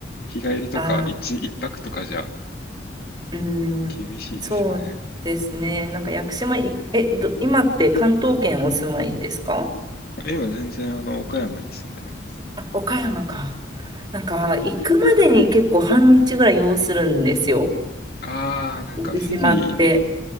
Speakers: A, on the left; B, on the right.
A: 日帰りとか一、
B: あ
A: 一泊とかじゃ
B: ー、うん、
A: 厳しいですよね。
B: そうですね。なんか屋久島い、え、ど、今って関東圏お住まいですか
A: 今全然あの、岡山に住んでます。
B: あ、岡山か。なんか行くまでに結構半日ぐらい要するんですよ。
A: あー、なんかフェリーで、
B: 屋久島って。